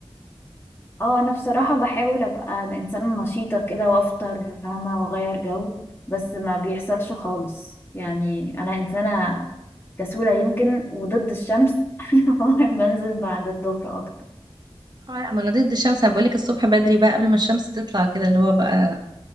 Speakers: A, on the left (about 25°); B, on the right (about 40°).
A: اه انا بصراحة بحاول ابقى انسانة نشيطة كده وافطر فاهمة واغير جو بس ما بيحصلش خالص يعني انا انسانة كسولة يمكن وضد الشمس <laughs> فمهم بنزل بعد الظهر اكتر
B: هو لا ما انا ضد الشمس انا بقولك الصبح بدري بقى قبل ما الشمس تطلع كده اللي هو بقى